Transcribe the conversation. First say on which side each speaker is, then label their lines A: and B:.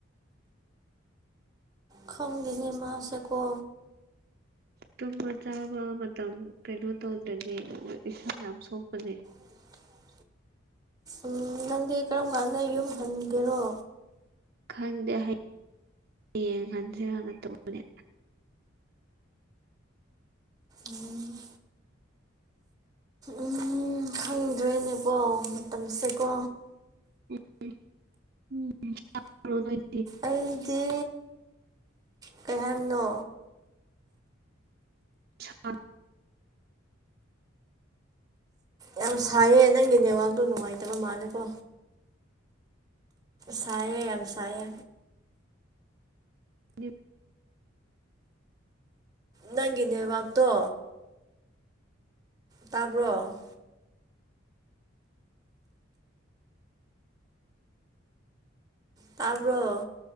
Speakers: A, on the right; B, on the right.
A: ꯈꯣꯡ ꯅꯤꯃꯥꯁꯀ
B: ꯇꯨꯝꯕ ꯆꯥꯕ ꯃꯇꯝ ꯀꯩꯅꯣ ꯇꯧꯗꯅꯤ ꯏꯁꯥ ꯌꯥꯝ ꯁꯣꯛꯄꯅꯦ
A: <inaudible> ꯎꯝ ꯅꯪꯗꯤ ꯀꯔꯝ ꯀꯥꯟꯗ ꯌꯨꯝ ꯍꯟꯒꯦꯔꯣ
B: ꯈꯪꯗꯦ ꯍꯌꯦꯡꯌꯦꯡ ꯈꯟꯁꯤꯔꯅ ꯇꯧꯕꯅꯦ
A: ꯎꯝ ꯎꯝ ꯈꯪꯗ꯭ꯔꯦꯅꯦꯀꯣ ꯃꯇꯝꯁꯦꯀꯣ
B: ꯎꯝ
A: ꯑꯩꯗꯤ ꯀꯩ ꯍꯥꯏꯝꯅꯣ
B: ꯄ
A: ꯌꯥꯝ ꯁꯥꯏꯌꯦ ꯅꯪꯒꯤ ꯅꯦꯠꯋꯥꯛꯇꯣ ꯅꯨꯡꯉꯥꯏꯇꯕ ꯃꯥꯜꯂꯦꯀꯣ ꯁꯌꯦ ꯌꯥꯝ ꯌꯥꯝ ꯁꯌꯦ
B: ꯑꯗꯨ
A: ꯅꯪꯒꯅꯦꯦ ꯋꯥꯥꯛꯇꯣ ꯇꯥꯕ꯭ꯔꯣ ꯇꯥꯔꯕ